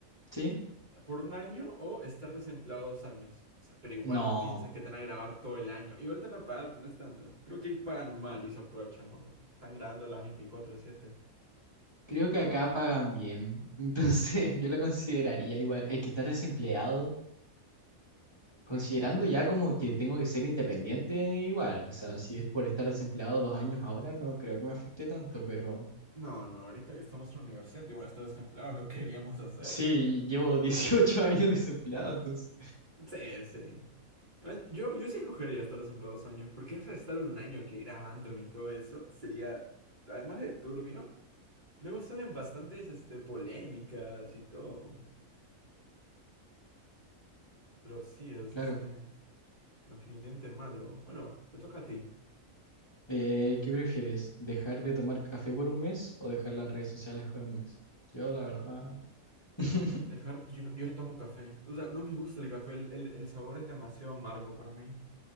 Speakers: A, on the left; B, on the right.
A: sí.
B: Por un año o estar desempleado dos años. O sea, pero igual
A: No,
B: piensa que te van a grabar todo el año. Igual te van a pagar, pero no es tanto. Creo que ahí pagan mal y se aprovechan, ¿no? Porque están grabando las veinticuatro siete
A: creo que acá pagan bien. Entonces, <laughs> yo lo consideraría igual. Es que estar desempleado. Considerando ya como que tengo que ser independiente igual, o sea, si es por estar desempleado dos años ahora, no creo que me afecte tanto, pero
B: No, no, ahorita que estamos en la universidad, igual estar desempleado lo queríamos hacer.
A: sí, <laughs> llevo 18 años desempleado, entonces,
B: Sí, sí. Ay, Yo, yo sí cogería estar desempleado dos años, porque eso de estar un año que grabándome y todo eso sería, además de turbio, luego salen bastantes este, polémicas y todo. Pero sí, es
A: claro.
B: este, definitivamente malo. Bueno, te toca a ti.
A: Eh, ¿qué prefieres? ¿Dejar de tomar café por un mes o dejar las redes sociales por un mes? Yo, la verdad, <laughs>
B: Dejar, yo no, yo no tomo café. O sea, no me gusta el café, el, el- el sabor es demasiado amargo para mí.